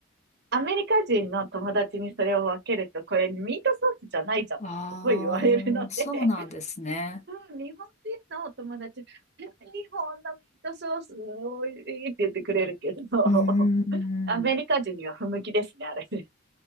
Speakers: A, on the right; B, on the left.
A: アメリカ人の友達にそれを分けると、これミートソースじゃないじゃん。すごい言われるので
B: ああー、そうなんですね。
A: うん、日本人のお友達、日本のミートソースおいしいって言ってくれるけど、
B: うん。
A: <laughs> アメリカ人には不向きですね、あれね。